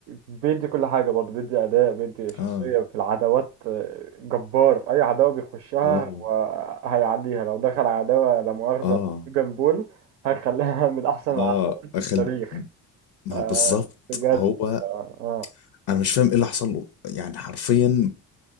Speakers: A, on the right; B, on the left.
A: بيدي كل حاجة برضه بيدي أداء بيدي شخصية
B: اه
A: في العداوات جبار أي عداوة بيخشها
B: اه
A: وهيعديها لو دخل عداوة لا مؤاخذة
B: اه
A: مع جان بول هيخليها <laughs> من أحسن العداوات
B: اه
A: في
B: اخل
A: التاريخ
B: ما
A: آه
B: بالظبط
A: بجد
B: هو
A: آه آه،
B: انا مش فاهم ايه اللي حصل له يعني حرفيا